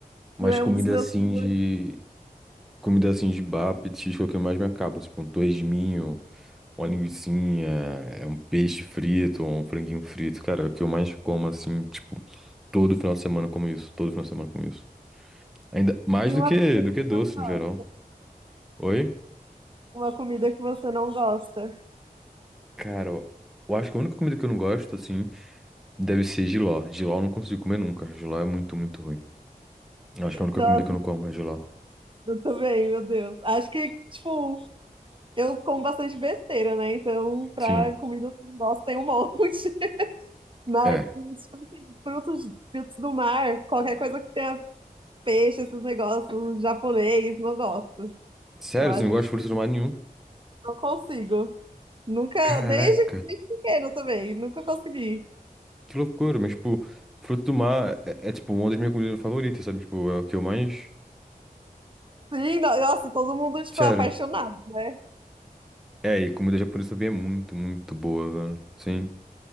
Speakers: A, on the right; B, in the centre.
A: não
B: Mas
A: é
B: comida
A: um dos meus
B: assim
A: sabores.
B: de... Comida assim de bar, petisco é o que eu mais me acabo. Tipo, um torresminho, de minho, uma linguicinha, é um peixe frito, um franguinho frito. Cara, é o que eu mais como, assim, tipo... Todo final de semana eu como isso. Todo final de semana eu como isso. Ainda mais
A: E
B: do
A: uma
B: que
A: comida
B: do que
A: que eu
B: doce
A: não gosto.
B: no geral. Oi?
A: Uma comida que você não gosta.
B: Cara, eu eu acho que a única comida que eu não gosto, assim, deve ser jiló. Jiló eu não consigo comer nunca. Jiló é muito, muito ruim. Eu acho que é a única
A: Nossa,
B: comida que eu não como é jiló.
A: eu também, meu Deus. Acho que, tipo, Eu como bastante besteira, né? Então, pra
B: Sim.
A: comida nossa tem um monte. <laughs> Mas,
B: É.
A: tipo assim, frutos, frutos do mar, qualquer coisa que tenha peixe, esses negócios japonês, não gosto.
B: Sério,
A: Eu acho,
B: você não gosta
A: tipo,
B: de frutos do mar nenhum?
A: não consigo. Nunca,
B: Caraca,
A: desde, desde pequeno também, nunca consegui.
B: que loucura. Mas, tipo, fruto do mar é, é, tipo, uma das minhas comidas favoritas, sabe? Tipo, é o que eu mais.
A: Sim, no- nossa, e todo mundo, tipo,
B: Sério.
A: é apaixonado, né?
B: É, e comida japonesa também é muito, muito boa, mano Sem,